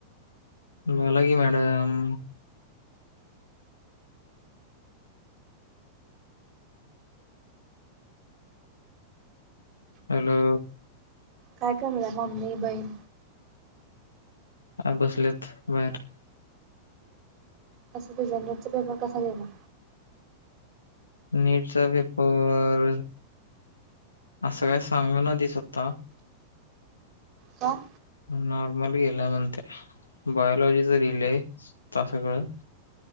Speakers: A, on the left; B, on the right.
A: बोला की, मॅडम. हॅलो?
B: काय कराल्या, मम्मी, बहीण?
A: ह बसल्यात बाहेर.
B: कस ते, ज नेटचा पेपर, कसा गेला?
A: नीटचा पेपर, असं काय सांग न, ती स्वता.
B: का?
A: नॉर्मल गेल्याय म्हणते, बायोलॉजीचं लिहिलेय ता सगळं.